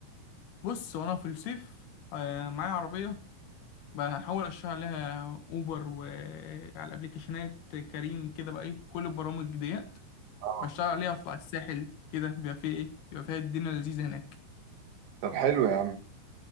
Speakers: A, on the left; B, on the right.
A: بص وانا في الصيف آه، معايا عربيه بحاول اشتغل عليها اوبر وعلى الابليكيشنات كريم كده بقى ايه كل البرامج ديت
B: اه
A: بشتغل عليها اطلع الساحل كده بيبقى فيه ايه بيبقى فيها الدنيا لذيذه هناك
B: طب حلو يا عم